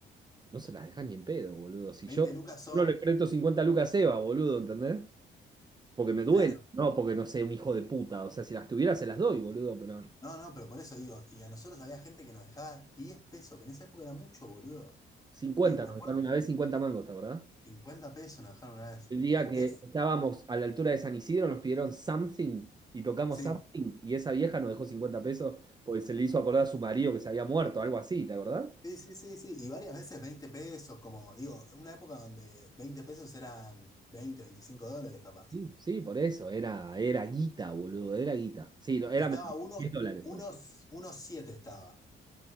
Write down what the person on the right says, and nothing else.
No se las deja ni en pedo, boludo. Si
yo
no le presto 50 lucas a Eva, boludo, ¿entendés? Porque me duele,
no porque no sea un hijo de puta. O sea, si las tuviera se las doy, boludo, pero
50,
nos
dejaron una vez 50 mangos, ¿te acordás?
El día
que
estábamos a la altura de San Isidro nos pidieron something y tocamos
something y esa vieja nos dejó 50 pesos porque se le hizo acordar a su marido que se había muerto, algo así, ¿te acordás?
Sí, sí, por eso, era, era guita, boludo, era guita. Sí, no, era
menos,
10 dólares,
pone. uno